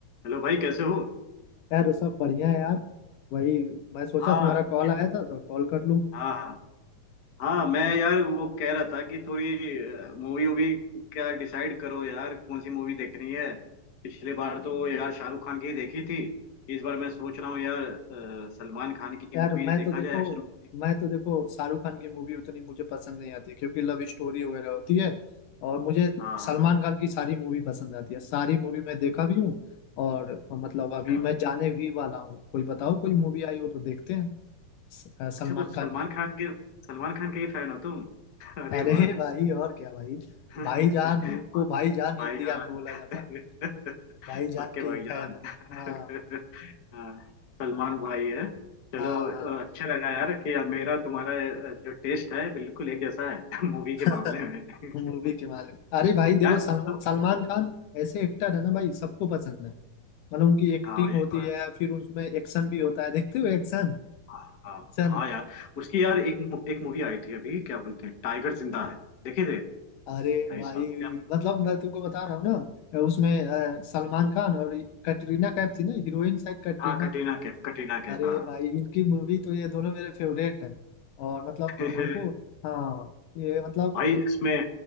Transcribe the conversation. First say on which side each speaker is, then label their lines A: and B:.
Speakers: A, on the left; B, on the left.
A: Hello भाई कैसे हो
B: यार सब बढ़िया है यार वही मैं सोचा
A: हाँ
B: तुम्हारा कॉल
A: क-
B: आया था तो कॉल कर लूं
A: हाँ हाँ हाँ मैं यार वो कह रहा था कि थोड़ी मूवी वूवी क्या डिसाइड करो यार कौन सी मूवी देखनी है पिछले बार तो यार शाहरुख खान की ही देखी थी इस बार मैं सोच रहा हूँ यार अ, सलमान खान की
B: यार
A: मूवी
B: मैं
A: देखा
B: तो देखो
A: जाए एक्शन मूवी
B: मैं तो देखो शाहरुख खान की मूवी उतनी मुझे पसंद नहीं आती क्योंकि लव स्टोरी वगैरह होती है और मुझे
A: हाँ हाँ
B: सलमान खान की सारी मूवी पसंद आती है सारी मूवी मैं देखा भी हूँ और मतलब अभी
A: अच्छा
B: मैं जाने भी वाला हूँ कोई बताओ कोई मूवी आई हो तो देखते हैं स- अ, सलमान
A: अच्छा तो सलमान
B: खान की
A: खान के सलमान खान के ही फैन हो तुम <laughs> अरे
B: अरे
A: वाह
B: भाई और क्या भाई
A: <laughs>
B: भाईजान उनको भाईजान
A: भाईजान
B: इंडिया में बोला
A: <laughs>
B: जाता है भाईजान
A: सबके
B: के
A: भाईजान
B: ही फैन है
A: <laughs>
B: हाँ
A: हाँ, सलमान भाई है चलो
B: हाँ हाँ
A: अ, अच्छा लगा यार कि यार मेरा तुम्हारा अ, जो टेस्ट है बिल्कुल एक जैसा है <laughs> मूवी के
B: <laughs>
A: मामले में <laughs>
B: मूवी के मालूम अरे भाई देखो
A: यार
B: सलमान
A: तो
B: सलमान खान ऐसे एक्टर है ना भाई सबको पसंद है मतलब उनकी एक्टिंग
A: हाँ ये
B: होती
A: तो
B: है
A: है
B: फिर उसमें एक्शन भी होता है देखते हो एक्शन
A: हाँ हाँ
B: एक्शन
A: हाँ यार उसकी यार एक मु- एक मूवी आई थी अभी क्या बोलते हैं टाइगर जिंदा है देखे थे
B: अरे
A: भाई
B: भाई
A: साहब क्या
B: मतलब मैं तुमको बता रहा हूँ ना उसमें अ, सलमान खान और कटरीना कैफ थी ना हीरोइन शायद कटरीना
A: हाँ कटरीना कैफ कटरीना कैफ
B: अरे
A: हाँ
B: भाई इनकी मूवी तो ये दोनों मेरे फेवरेट है और मतलब
A: <laughs>
B: हमको हाँ ये मतलब
A: भाई इसमें